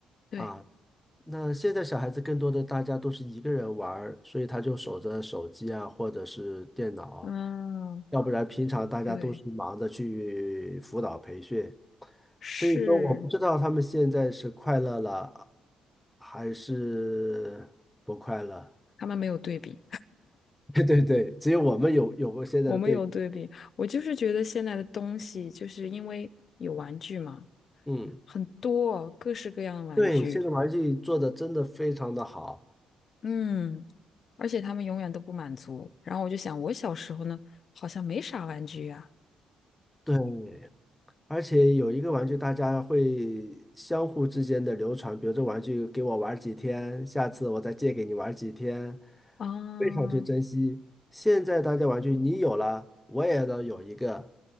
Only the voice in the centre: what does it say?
啊。那现在小孩子更多的大家都是一个人玩儿，所以他就守着手机啊，或者是电脑，
要不然平常大家都是忙着去辅导培训，
所以说我不知道他们现在是快乐了还是不快乐。
<laughs> 对对对，只有我们有有过现在的对比。
嗯，
对，现在玩具做的真的非常的好。
对，而且有一个玩具，大家会相互之间的流传，比如这玩具给我玩儿几天，下次我再借给你玩儿几天，
非常去珍惜。现在大家玩具你有了，我也要有一个，